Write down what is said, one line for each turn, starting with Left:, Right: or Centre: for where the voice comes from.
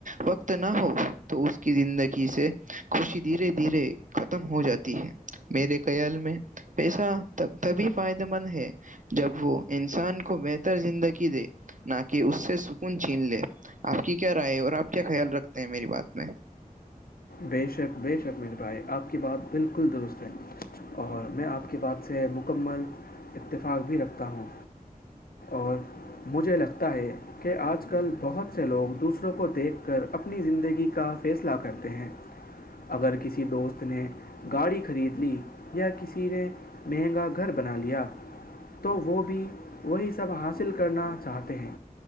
Right: وقت نہ ہو تو اس کی زندگی سے خوشی دھیرے دھیرے ختم ہو جاتی ہے میرے خیال میں پیسہ تبھی فائدے مند ہے جب وہ انسان کو بہتر زندگی دے نہ کہ اس سے سکون چھین لے آپ کی کیا رائے اور آپ کیا خیال رکھتے ہیں میری بات میں
Left: بے شک بے شک میرے بھائی آپ کی بات بالکل درست ہے اور میں آپ کی بات سے مکمل اتفاق بھی رکھتا ہوں اور مجھے لگتا ہے کہ آج کل بہت سے لوگ دوسروں کو دیکھ کر اپنی زندگی کا فیصلہ کرتے ہیں اگر کسی دوست نے گاڑی خرید لی یا کسی نے مہنگا گھر بنا لیا تو وہ بھی وہی سب حاصل کرنا چاہتے ہیں